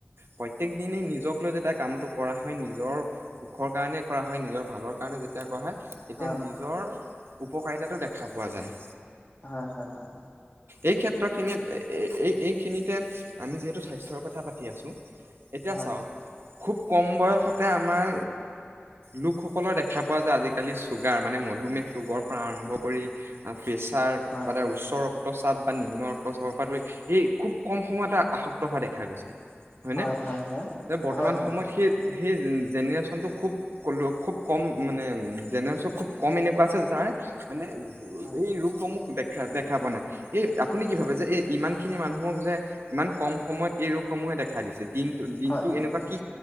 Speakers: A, on the right; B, on the left.
A: প্ৰত্যক দিনেই নিজক লৈ যেতিয়া কামটো কৰা হয়, নিজৰ সুখৰ কাৰণে কৰা হয়, নিজৰ ভালৰ কাৰণে যেতিয়া কৰা হয় এতিয়া
B: হয়
A: নিজৰ উপকাৰিতাাতো দেখা পোৱা যায়।
B: হয় হয় হয়।
A: এই ক্ষেত্ৰখিনিত, এই এইখিনিতে আমি যিহেতু স্বাস্থ্যৰ কথা পাতি আছোঁ এতিয়া
B: হয়
A: চাওক, খুব কম বয়সতে আমাৰ লোকসকলৰ দেখা পোৱা যায় আজিকালি চুগাৰ মানে মধুমেহ ৰোগৰ পৰা আৰম্ভ কৰি <inaudible> প্ৰেছাৰ
B: হয়
A: বা উচ্চ ৰক্তচাপ বা নিম্ন ৰক্তচাপৰ পৰা ধৰি এই খুব কম সময়তে আসক্ত হোৱা দেখা গৈছে, হয়নে?
B: হয় হয়
A: বৰ্তমান
B: হয় হয় হয়
A: সময়ত সেই, সেই, জেনেৰেছনটো খুব কম, খুব কম মানে জেনেৰেচনটো খুব কম এনেকুৱা আছে যাৰ মানে
B: হয়
A: এই ৰোগসমূহ দেখা, দেখা পোৱা নাই, এই আপুনি কি ভাবে যে এই ইমান খিনি মানুহক যে ইমান কম সময়ত এই ৰোগসমূহে দেখা দিছ, দিনটোত, দিনটোত
B: হয় হয়
A: এনেকুৱা কি